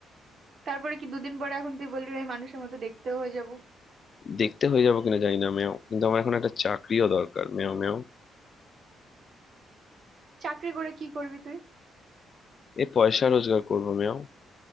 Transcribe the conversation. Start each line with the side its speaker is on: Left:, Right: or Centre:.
Right: তারপরে কি দুদিন পরে এখন তুই বলবি আমি মানুষের মতো দেখতেও হয়ে যাব
Left: দেখতে হয়ে যাবো কিনা জানি না মেও কিন্তু আমার এখন একটা চাকরিও দরকার মেও মেও
Right: চাকরি করে কি করবি তুই
Left: এই পয়সা রোজগার করবো মেও